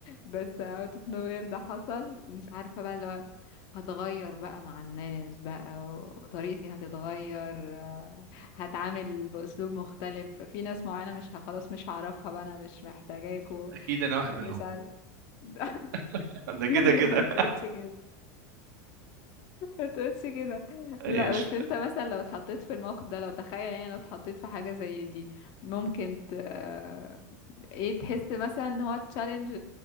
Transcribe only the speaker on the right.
اكيد انا واحد
منهم
<laughs> ده
كده
كده
ايش